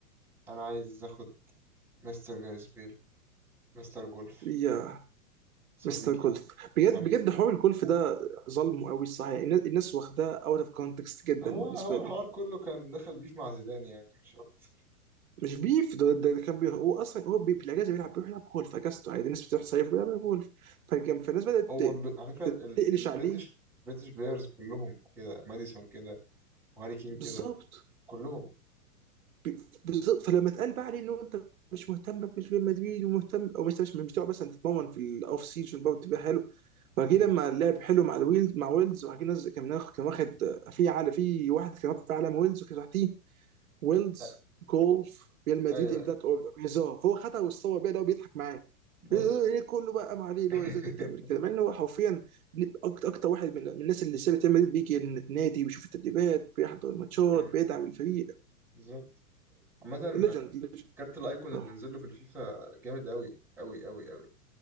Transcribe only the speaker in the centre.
انا عايز اخد مستر جاريس بيل مستر جولف
صديقي
حبيبي
هو
هو
الحوار كله كان دخل بيف مع زيدان يعني مش اكتر
هو
ب... على فكره
ال- ال-
البريتش
البريتش بلايرز كلهم كده ماديسون كده وهاري كين
كده كلهم
مم.
أ-
ايوه
ايوه
ايوه
<laughs>
مم.
بالظبط عامة
كارت الايكون
اللي نزل له في الفيفا جامد قوي قوي قوي قوي